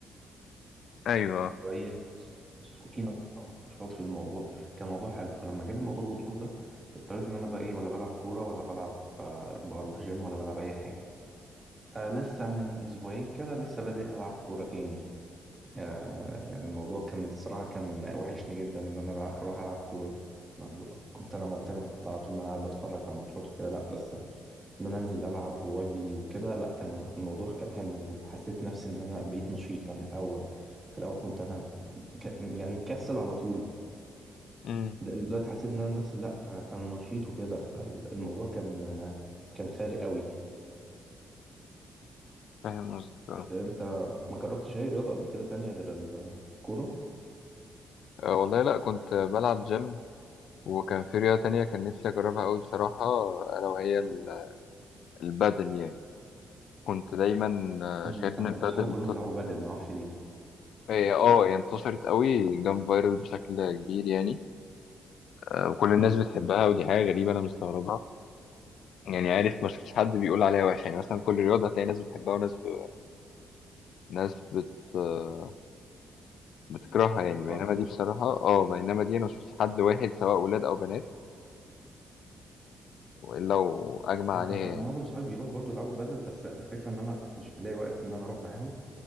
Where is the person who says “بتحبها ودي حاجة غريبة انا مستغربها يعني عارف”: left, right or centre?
Left